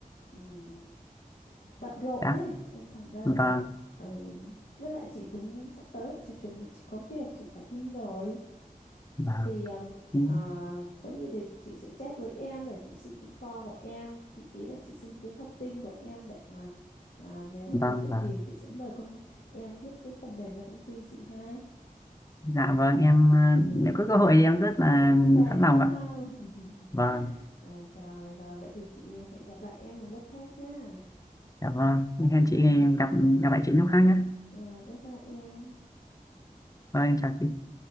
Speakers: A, on the left; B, on the left.
A: ừm, bận rộn
B: dạ
A: đấy nên thành ra
B: vâng
A: là ừ, với lại chị cũng sắp tới là chị chuẩn bị chị có việc chị phải đi rồi
B: vâng
A: thì um,
B: ừ,
A: à, có gì thì chị sẽ chat với em để chị xin info của em thì ý là chị xin cái thông tin của em để mà à, nếu mà
B: vâng
A: có dịp
B: vâng
A: thì chị sẽ mời công em biết cái phần mềm cho công ty chị ha
B: dạ vâng em ờ, nếu có cơ hội thì em rất là
A: sàng
B: sẵn lòng
A: đúng
B: ạ
A: không <laughs>
B: vâng
A: à, rồi rồi vậy thì chị hẹn gặp lại em một lúc khác nhá
B: dạ vâng hẹn
A: à, rồi
B: chị gặp gặp lại chị lúc khác nhé
A: rồi bye bye em
B: vâng em chào chị